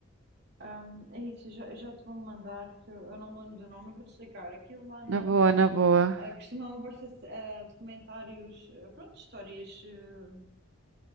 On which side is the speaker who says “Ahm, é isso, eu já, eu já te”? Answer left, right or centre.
Right